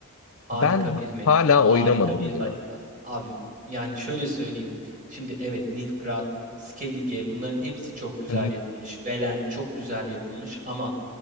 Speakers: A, on the right; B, on the left.
A: Harika
B: Ben
A: bir map.
B: hala oynamadım
A: Harika bir
B: ya.
A: harita. Abi yani şöyle söyleyeyim. Şimdi evet Nilfgaard, Skellige bunların hepsi çok güzel
B: Hı hı.
A: yapılmış. Velen çok güzel yapılmış ama